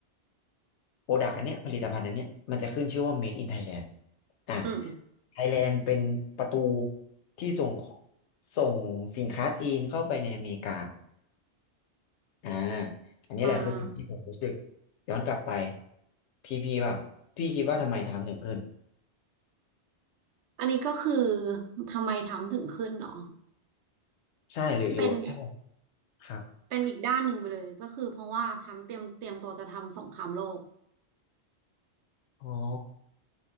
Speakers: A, on the left (about 90°); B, on the right (about 85°).
A: โปรดักต์อันเนี้ยผลิตภัณฑ์อันเนี้ยมันจะขึ้นชื่อว่า Made in Thailand อ่ะ
B: อืม
A: ไทยแลนด์เป็นประตูที่ส่งส่งสินค้าจีนเข้าไปในอเมริกาอ่าอันนี้แหละคือสิ่งที่ผมรู้สึก
B: อ่า
A: ย้อนกลับไปพี่พี่บ้างพี่คิดว่าทำไมไทม์ถึงขึ้น
B: อันนี้ก็คือทำไมทำถึงขึ้นเหรอ
A: ใช่หรือหรือใช่
B: เป็นแบบ
A: ครับ
B: เป็นอีกด้านหนึ่งไปเลยก็คือเพราะว่าทำเตรียมเตรียมตัวจะทำสงครามโลก
A: อ๋อ